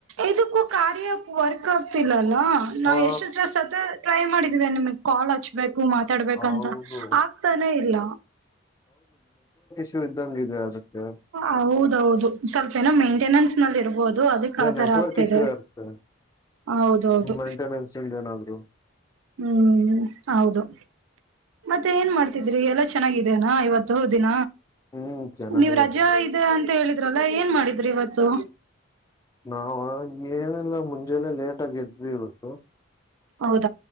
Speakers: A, on the right (about 80°); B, on the left (about 15°).
A: ಇದಕ್ಕೂ ಕಾರ್ಯ ವರ್ಕ್ ಆಗ್ತಿಲ್ಲಲ್ಲ ಅಲ ನಾವವು
B: ಹಾ
A: ಎಷ್ಟು ಡ್ರೆಸ್ತ್ತ ಟ್ರೈ ಮಾಡಿದೇ ನಿಮಗ್ ಕಾಲ್ ಹಚ್ಬೇಕು ಮಾತಾಡ್ಬೇಕಂತ
B: ಹೌದು
A: ಆಗ್ತಾನೇ ಇಲ್ಲ
B: ಇದ್ದ ಇದೆ ಅಗತ್ಯ
A: ಹೌದೌದು ಸ್ವಲ್ಪ ಏನೋ ಮೇಂಟೆನೆನ್ಸ್ ನಲ್ಲಿ ಇರ್ಬೋದು ಅದಕ್ ಆತರ
B: ನೆಟ್ವರ್ಕ್
A: ಆಗ್ತಿದೆ
B: ಇಶ್ಯೂ ಇರುತ್ತದೆ
A: ಹೌದೌದು
B: ಮೈಂಟೆನೆನ್ಸ್ ಇ ಏನಾದ್ರು
A: ಹ್ಮ್ ಹೌದು ಮತ್ತೆ ಏನ್ ಮಾಡ್ತಿದ್ರಿ ಎಲ್ಲ ಚೆನ್ನಾಗಿದೇನಾ ಇವತ್ತು ದಿನ
B: ಹ್ಮ್ ಚೆನ್ನಾಗೇ
A: ನೀವ್ ರಜಾ
B: ಇದು
A: ಇದೆ ಅಂತ ಹೇಳಿದ್ರಲ್ಲ ಏನ್ ಮಾಡಿದ್ರಿ ಇವತ್ತು
B: ನಾವ ಏನೆಲ್ಲ ಮುಂಜೆಲ್ಲ ಲೇಟ್ ಆಗಿದ್ವಿ ಇವತ್ತು
A: ಹೌದು